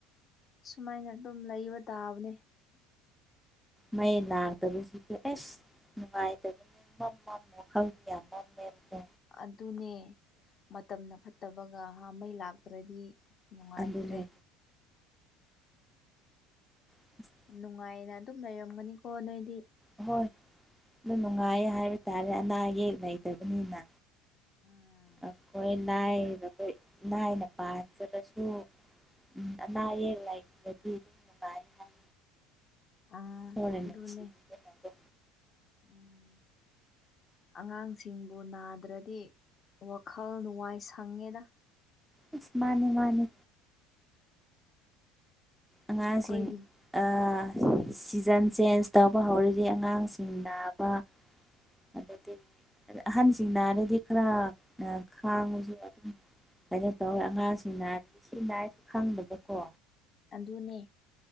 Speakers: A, on the left; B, in the centre.
A: ꯁꯨꯃꯥꯏꯅ ꯑꯗꯨꯝ ꯂꯩꯕ ꯇꯥꯕꯅꯦ
B: ꯃꯩ ꯂꯥꯛꯇꯕꯁꯤꯗꯤ ꯑꯦꯁ ꯅꯨꯡꯉꯥꯏꯇꯕ ꯃꯝ ꯃꯝ ꯋꯥꯈꯜ ꯌꯝ ꯃꯝꯃꯦꯕꯀꯣ
A: ꯑꯗꯨꯅꯦ ꯃꯇꯝꯅ ꯐꯠꯇꯕꯒ ꯍꯥ ꯃꯩ ꯂꯥꯛꯇ꯭ꯔꯥꯗꯤ ꯅꯨꯡꯉꯥꯏꯇ꯭ꯔꯦ
B: ꯑꯗꯨꯅꯦ <inaudible>
A: ꯅꯨꯡꯉꯥꯏꯅ ꯑꯗꯨꯝ ꯂꯩꯔꯝꯒꯅꯤꯀꯣ ꯅꯣꯏꯗꯤ
B: ꯑꯣꯏ ꯑꯗꯨ ꯅꯨꯡꯉꯥꯏꯌꯦ ꯍꯥꯏꯕ ꯇꯥꯔꯦ ꯑꯅꯥ ꯑꯌꯦꯛ ꯂꯩꯇꯕꯅꯤꯅ
A: ꯎꯝ
B: ꯑꯩꯈꯣꯏ ꯂꯥꯏꯔꯕ ꯂꯥꯏꯅ ꯄꯥꯥꯟꯖꯔꯁꯨ ꯎꯝ ꯑꯅꯥ ꯑꯌꯦꯛ ꯂꯩꯇ꯭ꯔꯥꯗꯤ ꯑꯗꯨꯝ ꯅꯨꯡꯉꯥꯏ ꯍꯥꯏ
A: ꯑꯥ
B: ꯏꯁꯣꯔꯅ
A: ꯑꯗꯨꯅꯦ
B: ꯅꯨꯡꯁꯤꯕꯤꯗꯅꯀꯣ
A: ꯎꯝ ꯑꯉꯥꯡꯁꯤꯡꯕꯨ ꯅꯥꯗ꯭ꯔꯥꯗꯤ ꯋꯥꯈꯜ ꯋꯥꯏ ꯁꯪꯉꯦꯗ
B: ꯑꯁ ꯃꯥꯅꯦ ꯃꯥꯅꯦ ꯑꯉꯥꯡꯁꯤꯡ
A: ꯑꯩꯈꯣꯏꯒꯤ
B: ꯑꯥ ꯁꯤꯖꯟ ꯆꯦꯟꯖ ꯇꯧꯕ ꯍꯧꯔꯗꯤ ꯑꯉꯥꯡꯁꯤꯡ ꯅꯥꯕ ꯑꯗꯨꯗꯤ ꯑꯗ ꯑꯍꯟꯁꯤꯡꯅꯥꯔꯗꯤ ꯈꯔ ꯑ ꯈꯥꯡꯕꯁꯨ ꯑꯗꯨꯝ ꯀꯩꯅꯣ ꯇꯧꯋꯦ ꯑꯉꯥꯡꯁꯤꯡ ꯅꯥꯔꯗꯤ ꯁꯤ ꯅꯥꯏ ꯈꯪꯗꯕꯀꯣ
A: ꯑꯗꯨꯅꯦ